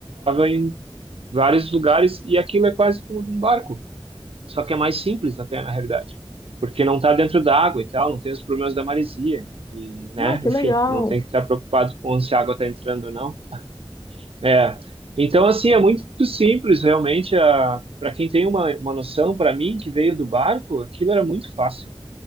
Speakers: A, on the right; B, on the left.
A: em vários lugares e aquilo é quase como um barco. Só que é mais simples até, na realidade. Porque não está dentro da água e tal, não tem os problemas da maresia. E, né,
B: Ah, que
A: enfim,
B: legal.
A: não tem que estar preocupado com se a água está entrando ou não. É. Então, assim, é muito simples, realmente. A... Para quem tem uma, uma noção, para mim, que veio do barco, aquilo era muito fácil,